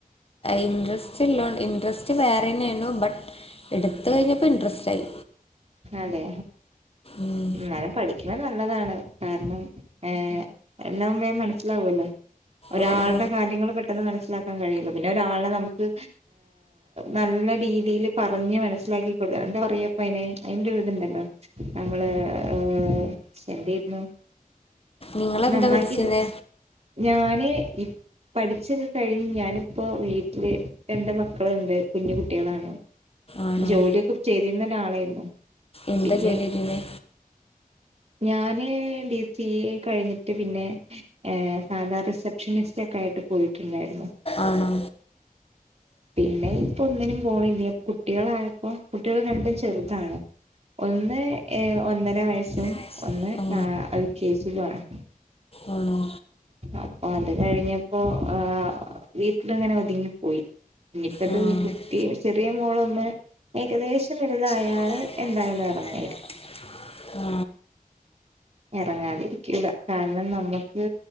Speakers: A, on the left (about 40°); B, on the right (about 45°).
A: ഇൻട്രസ്റ്റ് ഇല്ലോണ്ട് ഇൻട്രസ്റ്റ് വേറെ തന്നെയെണു ആ ബട്ട് എടുത്ത് കഴിഞ്ഞപ്പോ ഇൻട്രസ്റ്റ് ആയി.
B: അതെ
A: ഉം.
B: എന്നാലും പഠിക്കണം. നല്ലതാണ്. കാരണം ഏഹ്‌ എല്ലാം മനസ്സിലാവുല്ലോ. ഒരാളുടെ
A: ഓ ഓ
B: കാര്യങ്ങൾ പെട്ടെന്ന് മനസ്സിലാക്കാൻ ക്കാൻ കഴിയുള്ളൂ പിന്നെ ഒരാളെ നമുക്ക് നല്ല രീതിയില് പറഞ്ഞ് മനസ്സിലാക്കി കൊടുക്കാം എന്താ പറയാ അയിനെ അയിന്റെ ഇതുണ്ടല്ലോ നമ്മള് ഏർ എന്തെരുന്നു.
A: നിങ്ങളെന്താ
B: നന്നാക്കിപ്പോ
A: പഠിച്ചത്
B: ഞാന് ഈ പഠിച്ചൊക്കെ കഴിഞ്ഞ് ഞാനിപ്പോ വീട്ടില് രണ്ട് മക്കളുണ്ട്. കുഞ്ഞു കുട്ടികളാണ്
A: ആണോ
B: ജോലിയൊക്കെ ചെയ്തിരുന്ന ആളാരുന്നു
A: എന്താ
B: പിന്നെ
A: ജോലി ചെയ്തിരുന്നെ
B: ഞാന് ഡി സി എ കഴിഞ്ഞിട്ട് പിന്നെ സാധാ റിസപ്ഷനിസ്റ്റ് ഒക്കെ ആയിട്ട് പോയി ഉണ്ടായിരുന്നു.
A: ആണോ
B: പിന്നെ ഇപ്പൊ ഒന്നിനും പോണില്ല. അപ്പൊ കുട്ടികളായപ്പോ കുട്ടികൾ രണ്ടും ചെറുതാണ്. ഒന്ന് ഏ ഒന്നര വയസ്സ് ആഹ്.
A: വയസ്സും
B: ഒന്ന്
A: ആ
B: അത് യു കെ ജി. ലാണ്.
A: ആണോ.
B: അപ്പൊ അത് കഴിഞ്ഞപ്പോ ആർ വീട്ടിലിങ്ങനെ ഒതുങ്ങിപ്പോയി. ഇനിയിപ്പോ ഇത്
A: ആ
B: കുട്ടി
A: അത്
B: ചെറിയ മോളൊന്ന് ഏകദേശം വലുതായാല്
A: വലുതായാണ്
B: എന്തായാലും ഇറങ്ങായിരിക്കും.
A: എന്നാണ് പറഞ്ഞത്. ആ
B: ഇറങ്ങാതിരിക്കൂല. കാരണം നമ്മുക്ക്